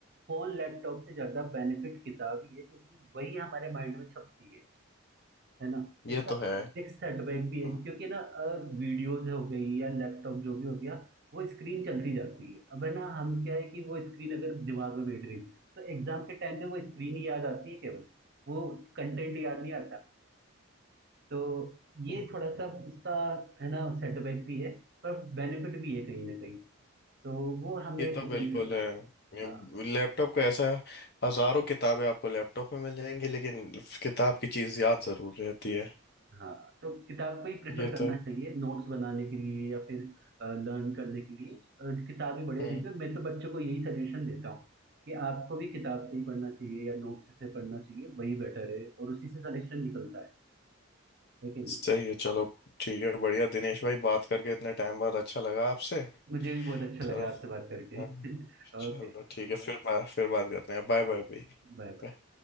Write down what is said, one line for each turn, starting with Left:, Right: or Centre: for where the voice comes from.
Right: फोन लैपटॉप से ज्यादा बेनिफिट किताब ही है क्योंकि वही हमारे माइंड में छपती है है ना
Left: ये
Right: इसका
Left: तो है
Right: एक सेटबैक भी है
Left: हाँ।
Right: क्योंकि ना वीडियोस हो गई या लैपटॉप जो भी हो गया वो स्क्रीन चलती जाती है अब है ना हम क्या है कि वो स्क्रीन अगर दिमाग में बैठ गई तो एग्जाम के टाइम पे वो स्क्रीन ही याद आती है केवल वो कंटेंट याद नहीं आता तो ये
Left: हम्म,
Right: थोड़ा सा
Left: हम्म।
Right: इसका है ना सेटबैक भी है पर बेनिफिट भी है कहीं ना कहीं तो वो हमें
Left: ये तो
Right: डिपेंड
Left: बिल्कुल
Right: करता
Left: है
Right: है
Left: लैपटॉप
Right: Yeah.
Left: का ऐसा है, हजारों किताबें आपको लैपटॉप में मिल जाएंगी लेकिन किताब की चीज याद जरूर रहती है
Right: हाँ तो किताब को ही प्रेफर
Left: ये
Right: करना
Left: तो
Right: चाहिए नोट्स बनाने के लिए या फिर लर्न करने के लिए अ, किताब ही बढ़िया
Left: हम्म
Right: रहती है मैं तो बच्चों को यही सजेशन देता हूँ कि आपको भी किताब से ही पढ़ना चाहिए या नोट्स से पढ़ना चाहिए वही बेटर है और उसी से सिलेक्शन निकलता है है कि नहीं
Left: सही है चलो ठीक है बढ़िया दिनेश भाई बात करके इतने टाइम बाद अच्छा लगा आपसे
Right: मुझे भी बहुत अच्छा
Left: चलो
Right: लगा आपसे बात करके
Left: हाँ,
Right: <laughs>
Left: चलो
Right: ओके
Left: ठीक है फिर बा- फिर बात करते हैं बाय बाय भाई
Right: Bye bye
Left: Bye.